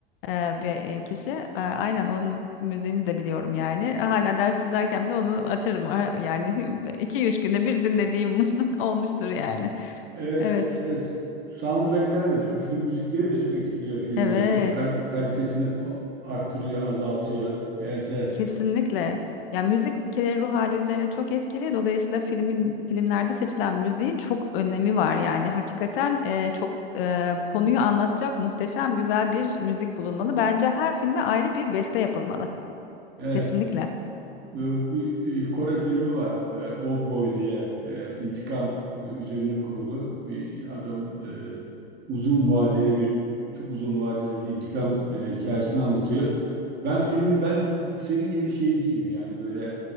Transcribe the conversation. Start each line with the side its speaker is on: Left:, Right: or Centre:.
Left: e, bir e, kişi. E, aynen onun müziğini de biliyorum yani. Hala ders izlerken bile onu açarım. Ara- Yani <laughs> iki üç günde bir dinlediğim <laughs> olmuştur yani.
Right: evet
Left: Evet.
Right: evet soundtrackler de değil mi? Film müzikleri de çok etkiliyor filmleri.
Left: Evet.
Right: Çok kal- kalitesini arttırıyor, azaltıyor. Evet evet.
Left: Kesinlikle. Ya müzik bir kere ruh hali üzerine çok etkili. Dolayısıyla filmin filmlerde seçilen müziğin çok önemi var. Yani hakikaten e, çok e, konuyu anlatacak muhteşem güzel bir müzik bulunmalı. Bence her filme ayrı bir beste yapılmalı.
Right: Evet.
Left: Kesinlikle.
Right: e, bir e, Kore filmi var. E, Old Boy diye e, intikam üzerine kurulu bir adamın e, uzun vadeli bir çok uzun vadeli bir intikam e, hikayesini anlatıyor. Ben filmi ben senin gibi şey değilim yani böyle